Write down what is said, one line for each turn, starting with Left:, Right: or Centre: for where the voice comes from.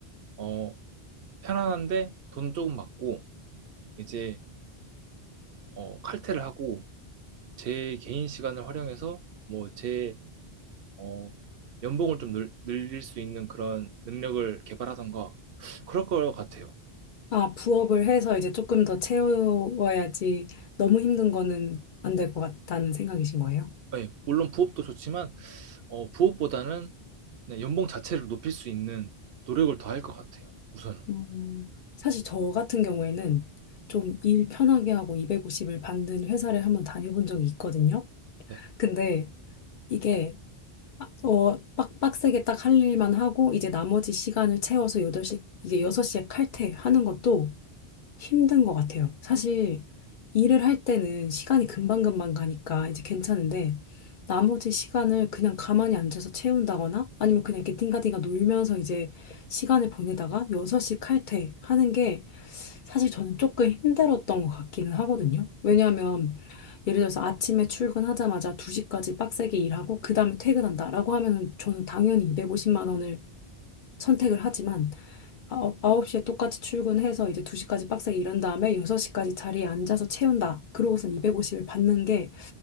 Right: 어, 편안한데 돈 조금 받고, 이제, 어, 칼퇴를 하고, 제 개인 시간을 활용해서, 뭐, 제 어, 연봉을 좀 늘, 늘릴 수 있는 그런 능력을 개발하던가 그럴 것 같아요.
Left: 아, 부업을 해서 이제 조금 더 채워야지 너무 힘든 거는 안 될 것 같다는 생각이신 거예요?
Right: 예, 물론 부업도 좋지만 어, 부업보다는 그냥 연봉 자체를 높일 수 있는 노력을 더 할 것 같아요. 우선은.
Left: 음. 사실 저 같은 경우에는 좀 일 편하게 하고 250을 받는 회사를 한번 다녀본 적이 있거든요.
Right: 네.
Left: 근데 이게 어, 빡, 빡세게 딱 할 일만 하고, 이제 나머지 시간을 채워서 여덟 시 이게 6시에 칼퇴하는 것도 힘든 것 같아요. 사실, 일을 할 때는 시간이 금방금방 가니까 이제 괜찮은데, 나머지 시간을 그냥 가만히 앉아서 채운다거나, 아니면 그냥 이렇게 띵가띵가 놀면서 이제 시간을 보내다가 6시 칼퇴하는 게 사실 저는 조금 힘들었던 것 같기는 하거든요. 왜냐하면 예를 들어서 아침에 출근하자마자 2시까지 빡세게 일하고 그 다음에 퇴근한다라고 하면은 저는 당연히 250만 원을 선택을 하지만 아, 어, 아홉- 9시에 똑같이 출근해서 이제 2시까지 빡세게 일한 다음에 6시까지 자리에 앉아서 채운다. 그러고선 250을 받는 게